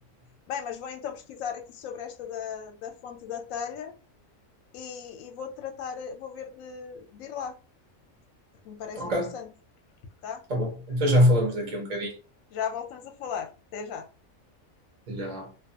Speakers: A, on the left; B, on the right.
A: Bem, mas vou então pesquisar aqui sobre esta da, da fonte da telha e, e vou tratar, eh, vou ver de, de ir lá, porque me parece
B: Ok,
A: interessante, tá?
B: tá bom. Então já falamos daqui a um bocadinho.
A: Já voltamos a falar. Até já.
B: Já.